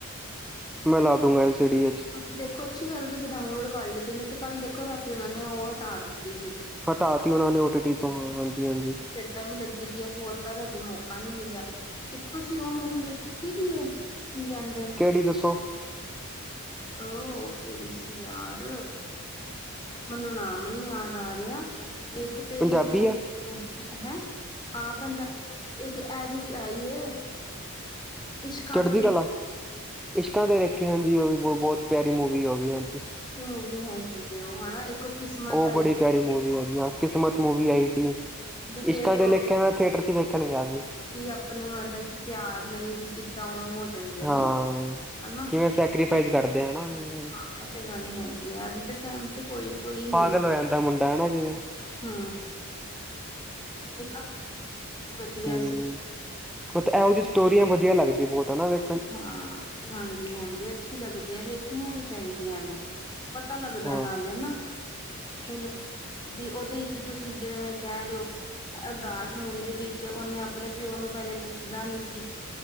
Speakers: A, in the centre; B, on the left (about 20°).
A: ਮੈਂ ਲਾ ਦੂਗਾ ਐਸ ਸੀ ਡੀ 'ਚ
B: ਹ ਤੇ ਦੇਖੋ ਅੱਛੀ ਗੱਲ ਤੁਸੀਂ ਡਾਊਨਲੋਡ ਕਰ ਲਿੱਤੀ ਨੀ ਤੇ ਕੱਲ ਦੇਖੋ ਰਾਤੀ ਉਹਨਾਂ ਨੇ ਓ ਹਟਾ ਦਿੱਤੀ ਸੀ।
A: ਹਟਾ ਤੀ ਓਨਾਂ ਨੇ ਓ ਟੀ-ਟੀ ਤੋਂ ਹਾਂਜੀ -ਹਾਂਜੀ।
B: ਟਾ ਵੀ ਲੱਗੀ ਦੀ ਐ ਹੋਰ ਪਰ ਹਜੇ ਮੌਕਾ ਨੀ ਮਿਲਿਆ।। ਇੱਕ ਤੁਸੀਂ ਓ ਮੂਵੀ ਵੇਖੀ ਦੀ ਏ ਕੀ ਕੈਂਣ
A: ਕੇੜੀ ਦੱਸੋ।
B: ਓ ਕੇੜੀ ਸੀ ਯਾਰ ਮੈਨੂੰ ਨਾਮ ਨੀ ਯਾਦ ਆ ਰਿਆ। ਏਕ ਤੇ
A: ਪੰਜਾਬੀ
B: ਕੀ
A: ਆ
B: ਹੈਂ ਹਾਂ ਪੰਜਾਬੀ ਇੱਕ ਐ ਜੇੜੀ ਆਈ ਏ ਇਸ਼ਕਾਂ
A: ਚੜ੍ਹਦੀ
B: ਤੇ ਲੇ
A: ਕਲਾ ਇਸ਼ਕਾਂ ਦੇ ਲੇਖੇ ਹਾਂਜੀ ਓਹ ਵੀ ਬੋ ਬੋਤ ਪਿਆਰੀ ਮੂਵੀ ਆ ਓ ਵੀ ਹਾਂਜੀ।
B: ਮੂਵੀ ਹੈਗੀ ਏ ਓਹ ਹੈਨਾ ਏਕ ਓ ਕਿਸਮਤ
A: ਉਹ
B: ਆਈ।
A: ਬੜੀ ਪਿਆਰੀ
B: ਸੀ
A: ਮੂਵੀ ਆ ਜੀ ਆ ਕਿਸਮਤ ਮੂਵੀ ਆਈ ਸੀ
B: ਵੀ ਦੇਖ
A: ਇਸ਼ਕਾਂ ਦੇ ਲਿਖੇ ਮੈਂ ਥੀਏਟਰ 'ਚ ਵੇਖਣ ਗਿਆ ਸੀ।
B: ਹੀ ਅਪਣੀ ਮਤਲਬ ਕਿ ਪਿਆਰ ਲਈ ਬੀ ਕਿੱਦਾਂ ਓ ਹੋ ਜਾਂਦੇ
A: ਹਾਂ।
B: ਨੇ ਹਨਾ ਹਾਂ।
A: ਕਿਵੇਂ ਸੈਕਰੀਫਾਈਸ ਕਰਦੇ ਹਨਾ
B: ਐ ਤੇ ਗੱਲ ਹੈਗੀ ਆ ਅੱਜ ਦੇ ਟੈਮ 'ਚ ਕੋਈ ਕੋਈ
A: ਪਾਗਲ
B: ਮਿਲ
A: ਹੋ ਜਾਂਦਾ ਮੁੰਡਾ ਹੈਨਾ ਜਿਵੇਂ
B: ਹੂੰ ਇੱਕ ਅੰਗਰੇਜ਼ ਵਧੀਆ
A: ਹੂੰ
B: ਸੀ
A: ਹਤ ਐਹੋ ਜੀ ਸਟੋਰੀਆਂ ਵਧੀਆ ਲੱਗਦੀ ਬੌਤ ਹਨਾ ਵੇ
B: ਹਾਂ ਹਾਂਜੀ-ਹਾਂਜੀ ਅੱਛੀ ਲੱਗਦੀ ਐ ਵੇਖਣੀਆਂ ਵੀ ਚਾਈਦੀਆਂ ਨੇ। ਪਤਾ ਲੱਗਦੈ
A: ਹੂੰ
B: ਨਾਲੇ ਨਾ ਹੁਣ ਬੀ ਓਦੇ 'ਚ ਤੁਸੀਂ ਜੇੜਾ ਮੈਂ ਕੈ ਰੇ ਓ। ਅਰਦਾਸ ਮੂਵੀ ਦੇ ਵਿੱਚ ਉਨੇ ਅਪਣੇ ਪਿਓ ਨੂੰ ਪੈਲੇ ਪੁੱਛਦਾ ਨੀ ਸੀ।